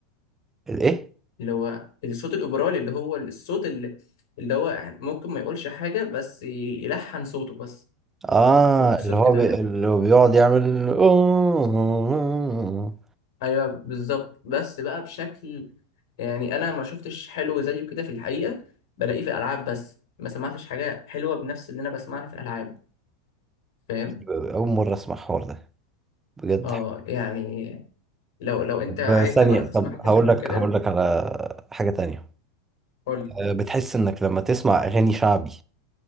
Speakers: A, on the right; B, on the left.
A: الإيه؟
B: اللي هو الصوت الاوبرالي اللي هو الصوت اللي, اللي هو ممكن ما يقولش حاجة بس يلحن صوته بس
A: آه
B: والصوت
A: اللي هو
B: كده
A: بي... اللي هو بيقعد يعمل أوه.
B: ايوه بالظبط بس بقى بشكل يعني انا ما شفتش حلو زيه كده في الحقيقة بلاقيه في الالعاب بس ما سمعتش حاجة حلوة بنفس اللي انا بسمعها في الالعاب فاهم
A: أول مرة أسمع الحوار ده بجد
B: اه يعني لو لو انت
A: طب
B: عايز
A: ثانية
B: تجرب تسمع
A: طب
B: حاجة
A: هقول
B: شبه
A: لك
B: كده
A: هقول لك على حاجة تانية
B: قول لي
A: آه، بتحس إنك لما تسمع أغاني شعبي